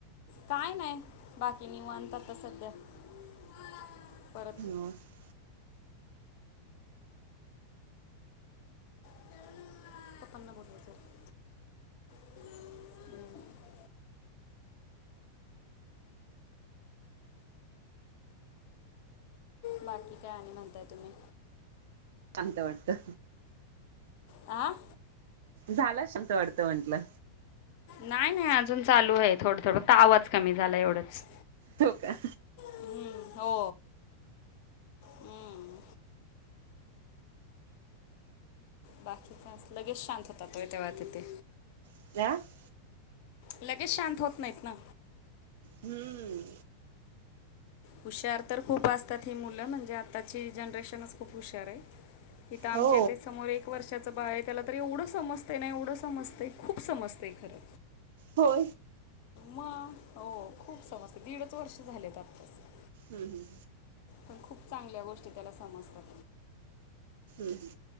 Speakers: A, on the left; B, on the right.
A: काय नाय. बाकी निवांत आता सध्या. <unintelligible>
B: <inaudible>
A: <unintelligible> पप्पांना बोलव जरा. <inaudible> बाकी काय आणि म्हणताय तुम्ही?
B: चांगलं वाटतं.
A: आं.
B: झाला <unintelligible> वाढतं म्हंटलं.
A: नाही नाही अजून चालू आहे थोडं थोडं का आवाज कमी झाला एवढंच.
B: हो का.
A: हुं हो. हम्म. बाकी काय असं लगेच शांत होतात होय तेव्हा तिथे.
B: <unintelligible>
A: लगेच शांत होत नाहीत ना.
B: हुं.
A: हुशार तर खूप असतात ही मुलं म्हणजे आत्ताची जनरेशनचं खूप हुशार हाय. इथं आमच्या
B: हो
A: इथं समोर एक वर्षाचं बाळ आहे त्याला तर एवढं समजतंय ना एवढं समजतंय. खूप समजतंय खरं.
B: हो
A: मग हो खूप समजतंय दीडचं वर्ष झालेत आताचं.
B: हुं हुं.
A: पण खूप चांगल्या गोष्टी त्याला समजतात.
B: हम्म